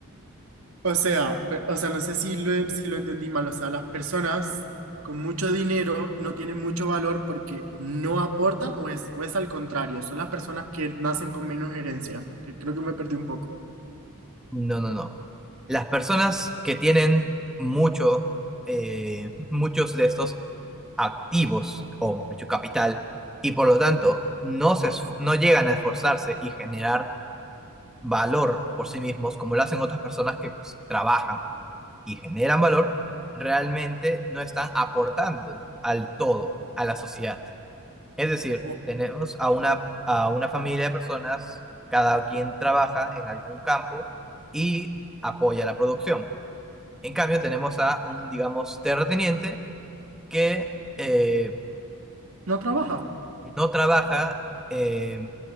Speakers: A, on the right; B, in the centre.
A: O sea, pe- o sea, no sé si lo, en- si lo entendí mal. O sea, las personas con mucho dinero no tienen mucho valor porque no aportan o es, o es al contrario. Son las personas que nacen con menos herencia, que creo que me perdí un poco.
B: No, no, no. Las personas que tienen mucho, eh, muchos de estos activos, o mejor dicho, capital, y por lo tanto no, se esfu- no llegan a esforzarse y generar valor por sí mismos, como lo hacen otras personas que pues trabajan y generan valor, realmente no están aportando al todo, a la sociedad. Es decir,
A: O
B: tenemos a una, a una familia de personas, cada quien trabaja en algún campo y apoya la producción. En cambio, tenemos a un, digamos, terrateniente que eh,
A: no trabaja,
B: no trabaja eh,